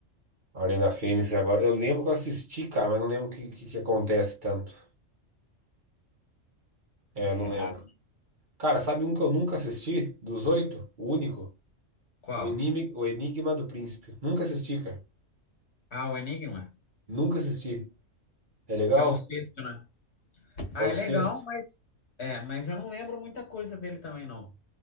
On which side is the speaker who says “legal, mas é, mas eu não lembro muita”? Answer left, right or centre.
Left